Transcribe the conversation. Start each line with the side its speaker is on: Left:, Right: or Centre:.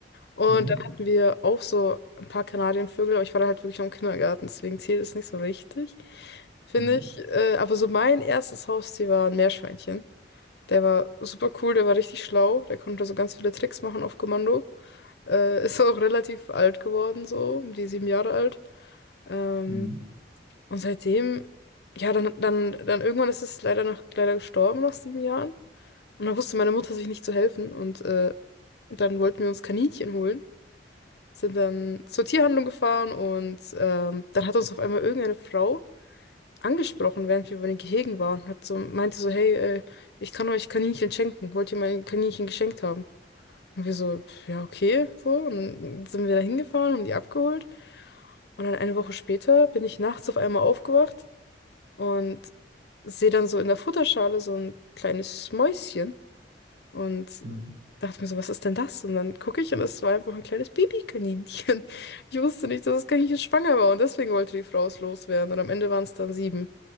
Left: Und
Right: Mhm.
Left: dann hatten wir auch so ein paar Kanarienvögel, aber ich war da halt wirklich noch im Kindergarten, deswegen zählt es nicht so richtig, finde
Right: Mhm.
Left: ich. Äh, aber so mein erstes Haustier war ein Meerschweinchen. Der war super cool, der war richtig schlau, der konnte so ganz viele Tricks machen auf Kommando. Äh, ist auch relativ alt geworden, so, um die sieben Jahre alt. Ähm,
Right: Mhm.
Left: und seitdem, ja, dann, dann, dann irgendwann ist es leider noch leider gestorben nach sieben Jahren. Und dann wusste meine Mutter sich nicht zu helfen. Und äh, dann wollten wir uns Kaninchen holen. Sind dann zur Tierhandlung gefahren und ähm, dann hat uns auf einmal irgendeine Frau angesprochen, während wir über den Gehegen waren. Hat so, meinte so, hey, äh, ich kann euch Kaninchen schenken. Wollt ihr meine Kaninchen geschenkt haben? Und wir so, ja, okay, so. Und dann sind wir da hingefahren, haben die abgeholt. Und dann eine Woche später bin ich nachts auf einmal aufgewacht und sehe dann so in der Futterschale so ein kleines Mäuschen und
Right: Mhm.
Left: dachte mir so, was ist denn das? Und dann gucke ich und es war einfach ein kleines Babykaninchen. <laughs> Ich wusste nicht, dass das Kaninchen schwanger war und deswegen wollte die Frau es loswerden. Und am Ende waren es dann sieben